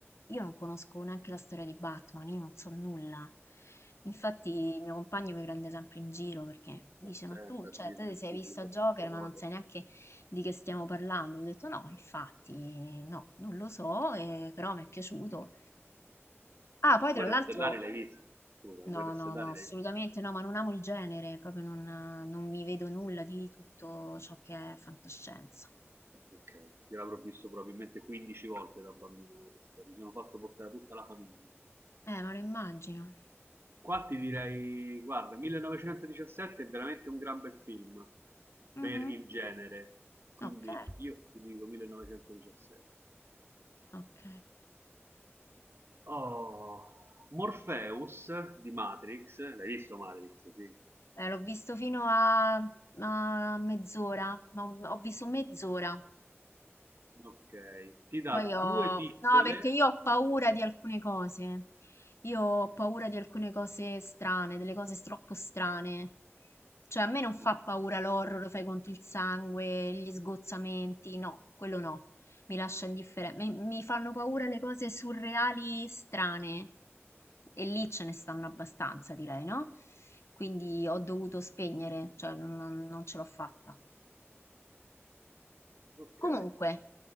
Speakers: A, on the left; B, on the right.
A: io non conosco neanche la storia di Batman, io non so nulla. Infatti, il mio compagno mi prende sempre in giro perché dice:
B: Attenta
A: Ma tu,
B: a
A: cioè,
B: dirle
A: te ti
B: il
A: sei
B: pubblico
A: vista Joker,
B: certe
A: ma
B: cose.
A: non sai neanche di che stiamo parlando. Io Ho detto: No, infatti, no, non lo so, eh, però mi è piaciuto. Ah, poi tra
B: Guerre
A: l'altro.
B: Stellari l'hai vista? Scusa,
A: No,
B: Guerre
A: no,
B: Stellari
A: no,
B: l'hai
A: assolutamente
B: vista?
A: no, ma non amo il genere, proprio non, non mi vedo nulla di tutto ciò che è fantascienza.
B: Ok, io l'avrò visto probabilmente 15 volte da bambino questa serie, mi sono fatto portare tutta la famiglia.
A: Eh, ma lo immagino.
B: Qua ti direi, guarda, 1917 è veramente un gran bel film
A: Mhm,
B: per il genere, quindi
A: Ok,
B: io ti dico 1917.
A: ok.
B: Oh, Morpheus di Matrix, l'hai visto Matrix? Sì.
A: Eh, l'ho visto fino a, a mezz'ora, ma ho, ho visto mezz'ora.
B: Ok, ti dà
A: Poi ho...
B: due piccole...
A: No, perché io ho paura di alcune cose. Io ho paura di alcune cose strane, delle cose troppo strane. Cioè a me non fa
B: mm,
A: paura l'horror, lo fai conto il sangue, gli sgozzamenti, no, quello no, mi lascia indifferente. Mi, mi fanno paura le cose surreali, strane, e lì ce ne stanno abbastanza, direi, no? Quindi ho dovuto spegnere, cioè non, non- non ce l'ho fatta.
B: ok,
A: Comunque,